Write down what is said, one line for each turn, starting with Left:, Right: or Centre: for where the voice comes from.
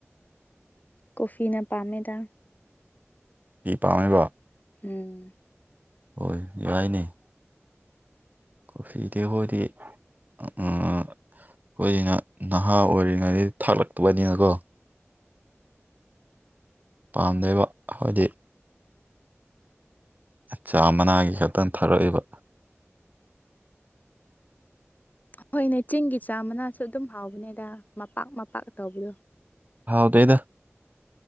Left: ꯀꯣꯐꯤꯅ ꯄꯥꯝꯃꯦꯗ
Right: ꯐꯤ ꯄꯥꯝꯃꯦꯕꯥ
Left: ꯎꯝ
Right: ꯍꯣꯏ ꯌꯥꯏꯅꯦ ꯀꯣꯐꯤꯗꯤ ꯍꯣꯏꯗꯤ ꯑꯝ ꯑꯩꯈꯣꯏꯅ ꯅꯍꯥ ꯑꯣꯏꯔꯤꯉꯩ ꯗꯒꯤ ꯊꯥꯛꯂꯛꯄꯥꯅꯤ‌ ꯅꯀꯣ ꯄꯥꯝꯗꯦꯕ ꯑꯈꯣꯏꯗꯤ ꯆꯥ ꯃꯅꯥꯒꯤ ꯈꯛꯇꯪ ꯊꯥꯔꯛꯏꯕ
Left: ꯍꯣꯏꯅꯦ ꯆꯤꯡꯒꯤ ꯆꯥ ꯃꯅꯥꯁꯨ ꯑꯗꯨꯝ ꯍꯥꯎꯕꯅꯦꯗ ꯃꯄꯥꯛ ꯃꯄꯥꯛ ꯇꯧꯕꯗꯣ
Right: ꯍꯥꯎꯗ꯭ꯔꯦꯗ